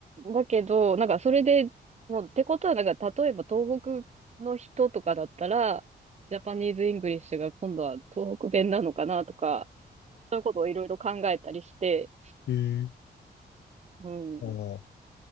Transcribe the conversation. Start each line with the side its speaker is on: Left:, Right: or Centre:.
Right: だけど、なんかそれで、もう、ってことは、なんか、例えば東北の人とかだったら、ジャパニーズ・イングリッシュが今度は東北弁なのかなとか、そういうことをいろいろ考えたりして、
Left: い。ええ
Right: うん。
Left: ああ。